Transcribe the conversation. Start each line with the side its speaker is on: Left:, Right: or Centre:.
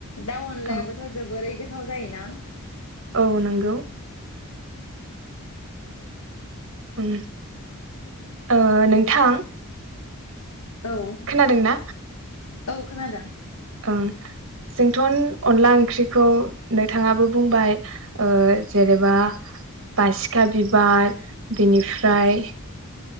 Left: दाउ अनलायाबोथ'
Right: औ
Left: जोबोरै गो थाव जायो ना
Right: औ नंगौ। उम ओ नोंथां
Left: औ
Right: खोनादोंना
Left: औ खोनादों।
Right: ओं जोंथ' अनला ओंख्रिखौ नोंथाङाबो बुंबाय जेनेबा बासिखा बिबार बिनिफ्राय